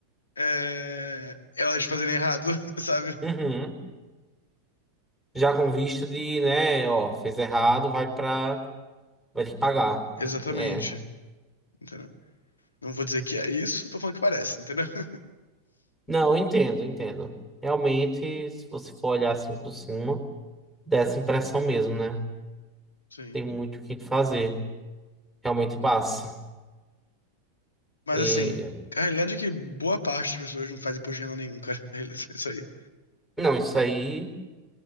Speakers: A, on the left; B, in the centre.
A: é, elas fazerem errado, <laughs> sabe?
B: Uhum. Já com vista de, né, ó, fez errado, vai pra. Vai ter que pagar.
A: Exatamente,
B: É.
A: entendeu? Não vou dizer que é isso, tô falando que parece, entendeu? <laughs>
B: Não, eu entendo, eu entendo. Realmente, se você for olhar assim por cima, dá essa impressão mesmo, né?
A: Sim.
B: Tem muito o que fazer. Realmente passa.
A: Mas
B: E
A: assim, a realidade é que boa parte das pessoas não faz imposto de renda nenhum, cara. <laughs> É Isso aí.
B: não, isso aí